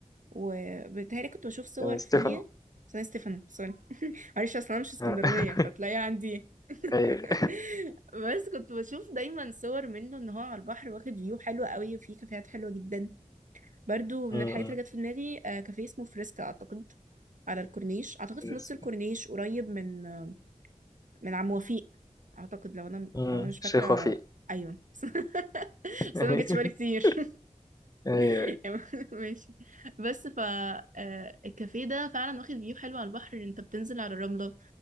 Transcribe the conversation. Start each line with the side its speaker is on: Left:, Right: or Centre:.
Right: وبيتهيألي كنت بشوف صور
Left: سان ستيفانو
Right: فيه سان ستيفاني سوري معلش اصل انا مش اسكندرانيه
Left: <laughs>
Right: فتلاقي عندي <laughs>
Left: أيوة
Right: بس كنت بشوف دايما صور منه ان هو على البحر واخد فيو حلو قوي وفيه كافيهات حلوه جدا برضو من
Left: أمم.
Right: الحاجات اللي جت في دماغي آه، كافيه اسمه فريسكا اعتقد على الكورنيش اعتقد في
Left: بالنسبة
Right: نص الكورنيش قريب من آه، من عم وفيق اعتقد لو انا
Left: أمم.
Right: لو انا مش فاكره
Left: الشيخ وفيق
Right: ايوه <laughs>
Left: <laughs>
Right: بس انا ما جتش بالي كتير
Left: أيوه
Right: <laughs> ماشي بس ف آه، الكافيه ده فعلا واخد فيو حلو على البحر انت بتنزل على الرمله